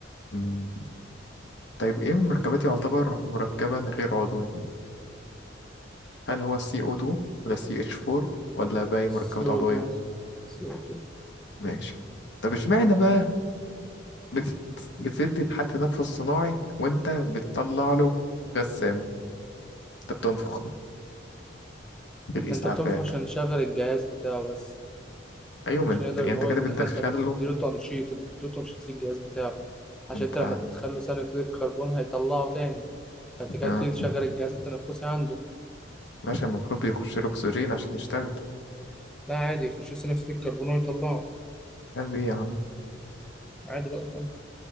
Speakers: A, on the left; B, in the centre.
A: مم. طيب ايه مركبات يعتبر مركبا غير عضوي هل هو CO2 ولا CH4 ولا باقي مركبات
B: CO2
A: عضوية
B: CO2
A: ماشي طب اشمعنى بقى بتت- بتدي لحد تنفس صناعي وانت بتطلع له غسام انت بتنفخ بالاسعافات
B: انت بتنفخ عشان تشغل الجهاز بتاعه بس
A: ايوه ما
B: عشان
A: انت
B: يقدر
A: يعني
B: ان
A: انت
B: هو
A: كده
B: يتنقل
A: بتدخل
B: ما انت بتديله
A: له
B: تنشيط انت بتديله تنشيط للجهاز بتاعه عشان
A: وانت
B: انت لما تدخله ثاني اكسيد الكربون هيطلعه تاني فانت كده
A: آه.
B: بتبتدي تشغل الجهاز التنفسي عنده
A: ماشي المفروض بيخش له اكسجين عشان يشتغل
B: لا عادي يخش ثاني اكسيد الكربون ويطلعه
A: يعني بيه إيه يا عم
B: عادي بقى كمل